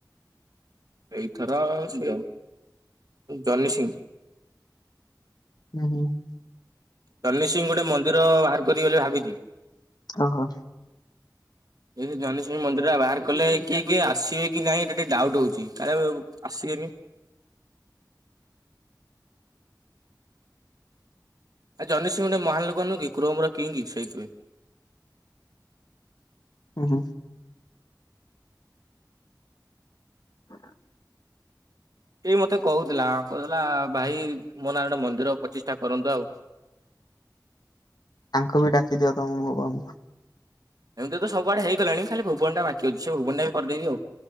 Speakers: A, on the right; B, on the left.
A: ଏଇଥର ସିଏ ଜନିସିିଂ।
B: ଉଁ ହୁଁ।
A: ଜନି ସିଂ ଗୋଟେ ମନ୍ଦିର, ବାହାର କରିବି ବୋଲି ଭାବିଛି।
B: ହଁ, ହଁ।
A: ଏଇ ଜନି ସିଂ ମନ୍ଦିର ଟା ବାହାର କଲେ, କିଏ କିଏ ଆସିବେ କି ନାଇଁ ଏଟା ଟିକେ ଡାଉଟ୍ ହଉଛି, କାଳେ ଆସିବେନି? ଆ ଜନି ସିଂ ଗୁଟେ ମହାନ ଲୋକ ନୁହେଁ କି! କ୍ରୋମ ର କିଂଗି ସେଇଥିପାଇଁ।
B: ଉଁ ହୁଁ। ହ
A: ଏଇ ମତେ କହୁଥିଲା, କହୁଥିଲା ଭାଇ ମୋ ନାଁ ରେ ଓଟେ ମନ୍ଦିର ପ୍ରଚିଷ୍ଠା କରନ୍ତୁ ଆଉ।
B: ୟାଙ୍କୁ ବି ଡାକିଦିଅ ତମ ଭୁବନ କୁ।
A: ଏମିତି ତ ସବୁଆଡେ ହେଇଗଲାଣି। ଖାଲି ଭୁବନ ଟା ବାକି ଅଛି। ସେ ଭୁବନା ଟା ବି କରିଦେବି ଆଉ।